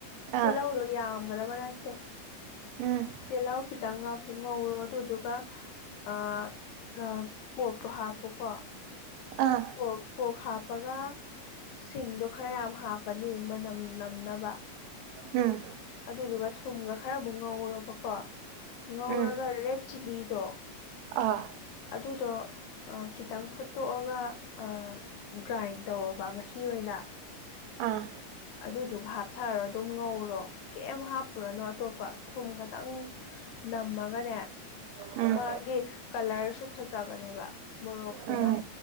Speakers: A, on the right (about 85°); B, on the left (about 75°).
A: ꯑꯥ
B: ꯇꯤꯜꯂꯧꯗꯣ ꯌꯥꯝꯒꯗꯕ ꯅꯠꯇꯦ
A: ꯎꯝ
B: ꯇꯦꯜꯍꯧ ꯈꯤꯇꯪꯒ ꯉꯧꯔꯣꯕ ꯑꯗꯨꯗꯨꯒ ꯑꯥ ꯂꯞ ꯄꯣꯔꯇꯣ ꯍꯥꯞꯄꯣꯀꯣ
A: ꯑꯥ
B: ꯄꯣꯛ ꯄꯣꯛ ꯍꯥꯞꯄꯒ ꯁꯤꯡꯗꯣ ꯈꯔ ꯌꯥꯝ ꯍꯥꯞꯄꯅꯤ ꯃꯅꯝ ꯅꯝꯅꯕ
A: ꯎꯝ
B: ꯑꯗꯨꯗꯨꯒ ꯊꯨꯝꯒ ꯈꯔ ꯑꯃꯨꯛ ꯉꯧꯔꯕꯀꯣ ꯉꯧꯔꯒ
A: ꯎꯝ
B: ꯔꯦꯠ ꯆꯤꯂꯤꯗꯣ
A: ꯑꯥ
B: ꯑꯗꯨꯗꯣ ꯑꯥ ꯈꯤꯇꯪ ꯐꯨꯠꯇꯣꯛꯑꯒ ꯑꯥ ꯒ꯭ꯔꯥꯏꯟ ꯇꯧꯋꯣꯕ ꯃꯍꯤ ꯑꯣꯏꯅ
A: ꯑꯥ
B: ꯑꯗꯨꯗꯨꯒ ꯍꯥꯞꯊꯔꯣ ꯑꯗꯨꯝ ꯉꯧꯔꯣ ꯀꯩꯝ ꯍꯥꯞꯄꯨꯔꯅꯣ ꯑꯇꯣꯞꯄ ꯊꯨꯝ ꯈꯠ ꯇꯪ ꯅꯝꯃꯒꯅꯦ
A: ꯎꯝ
B: ꯃꯥꯒꯤ ꯀꯂꯔꯁꯨ ꯐꯖꯕꯅꯦꯕ ꯃꯣꯔꯣꯛꯇꯨꯅ
A: ꯎꯝ